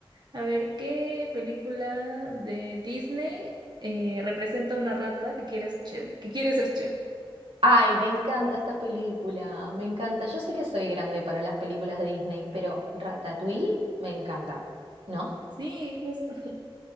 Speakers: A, on the right; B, on the right.
A: A ver, ¿qué película de Disney eh, representa a una rata que quiere ser chef? Que quiere ser chef?
B: Ay, me encanta esta película, me encanta. Yo sé que soy grande para las películas de Disney, pero Ratatouille me encanta, ¿no?
A: Sí, justo. <laughs>